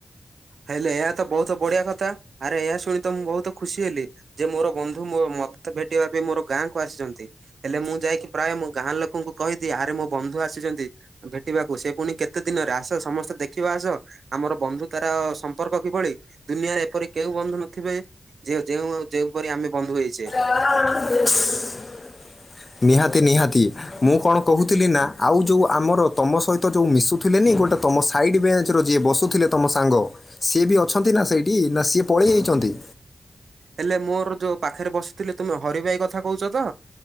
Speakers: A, on the right; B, on the left.
A: ହେଲେ ଏହା ତ ବହୁତ ବଢିଆ କଥା ଆରେ ଏହା ଶୁଣି ତ ମୁଁ ବହୁତ ଖୁସି ହେଲି ଯେ ମୋର ବନ୍ଧୁ ମୋ ମୁଁ ମତେ ଭେଟିବା ପାଇଁ ମୋର ଗାଁ କ ଆସିଛନ୍ତି, ହେଲେ ମୁଁ ଯାଇକି ପ୍ରାୟ ମୁଁ ଗାଁ ଲୋକଙ୍କୁ କହିଦିଏ ଆରେ ମୋ ବନ୍ଧୁ ଆସିଛନ୍ତି। ଭେଟିବାକୁ ସେ ପୁଣି କେତେ ଦିନରେ ଆସ ସମସ୍ତେ ଦେଖିବା ଆସ ଆମର ବନ୍ଧୁ ତାର ସ ମ୍ପର୍କ କିଭଳି ଦୁନିଆରେ ଏପରି କେଉଁ ବନ୍ଧୁ ନଥିବେ ଯେ ଯେଉ ଯେଉଁପରି ଆମେ ବନ୍ଧୁ ହେଇଛେ।
B: <unintelligible> ନିହାତି ନିହାତି ମୁଁ କଣ କହୁଥିଲି ନା ଆଉ ଯଉ ଆମର ତମ ସହିତ ତ ଯଉ ମିଶୁଥିଲେନି ଗୋଟେ ତମ ସାଇଡ୍ ବେଞ୍ଚ ର ଯିଏ ବସୁଥିଲେ ତମ ସାଙ୍ଗ। ସିଏ ବି ଅଛନ୍ତି ନା ସେଇଠି, ନା ସିଏ ପଳେଇଯାଇଛନ୍ତି?
A: ହେଲେ ମୋର ଯୋଉ ପାଖରେ ବସିଥିଲେ ତୁମେ ହରି ଭାଇ କଥା କହୁଛ ତ?